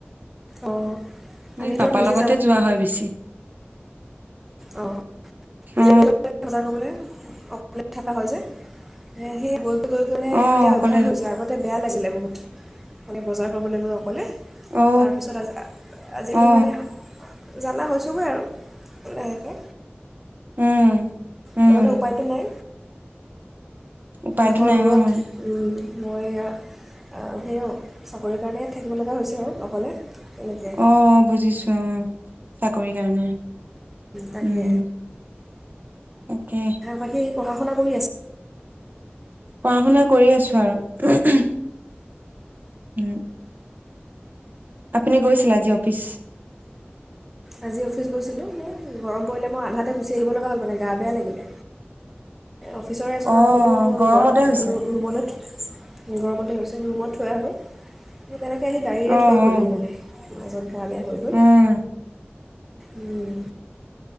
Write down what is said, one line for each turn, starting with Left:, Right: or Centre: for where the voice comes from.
Centre: অঁ আমিতো
Right: নি পাপা
Centre: নিজে
Right: লগতে যোৱা হয় বেছি।
Centre: অহ। <unintelligible>
Right: অ
Centre: অকলে থকা হয় যে, সেই <unintelligible> গৈ কেনে
Right: অ
Centre: এতিয়া
Right: অকলে
Centre: অভ্যাস হৈছে, আগতে বেয়া লাগছিলে বহুত। মানে বজাৰ কৰিবলৈ গৈ অকলে
Right: অ
Centre: তাৰ পিছত আজি আজিকালি
Right: অ অ
Centre: মানে জানা হৈছোগে আৰু লাহেকে।
Right: উম উম
Centre: নহ'লে উপায়টো নাই।
Right: উপায়তো
Centre: ঘৰ
Right: নাই
Centre: দূৰত,
Right: অ
Centre: উম। মই এয়া সেইয়ো চাকৰিৰ কাৰণে থাকিব লগা হৈছে আৰু অকলে। তেনেকৈ
Right: অ', বুজিছোঁ, অ'। চাকৰি কাৰণে,
Centre: তাকে
Right: উম। তাকে।
Centre: বাকী পঢ়া শুনা কৰি আছ
Right: পঢ়া শুনা কৰি আছোঁ আৰু। উম। আপুনি গৈছিল আজি অফিচ?
Centre: আজি অফিচ গৈছিলোঁ, সেই গৰম পৰিলে মই আধাতে গুচি আহিব লগা হ'ল মানে গা বেয়া লাগিলে। অফিচৰে এজনক
Right: অ
Centre: কলোঁ
Right: গৰমতে
Centre: ঘৰত
Right: হৈছে
Centre: ৰু-ৰুমলে থৈ গৰমতে হৈছে, ৰুমত থৈ আহাগৈ। তেনেকে আহি গাড়ীৰে
Right: অ
Centre: থৈ গ'লহি
Right: অ
Centre: মানে। <unintelligible> গা বেয়া হৈ গ'ল।
Right: উম
Centre: উম।